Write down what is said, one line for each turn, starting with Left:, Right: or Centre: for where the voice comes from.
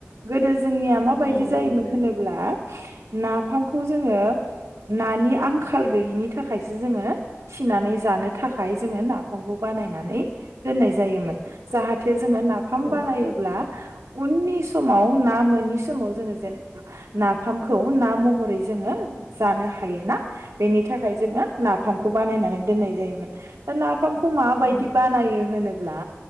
Right: गोदो जोंनिया माबायदि
Left: औ
Right: जायोमोन
Left: नंगौ
Right: होनोबा ब्ला नाफामखौ जोङो नानि आंखाल गैयिनि थाखायसो जोङो थिनानै जानो थाखाय जोङो नाफामखौ बानायनानै दोननाय जायोमोन। जाहाथे
Left: औ
Right: जोङो नाफाम
Left: औ
Right: बानायोब्ला उननि समाव ना मोनोनि समाव जोङो जेन नाफामखौ ना महरै जोङो जानो हायोना बेनि थाखाय जोङो नाफामखौ बानायनानै दोननाय जायोमोन दा नाफामखौ फामखौ माबायदि
Left: औ
Right: बानायो होनो ब्ला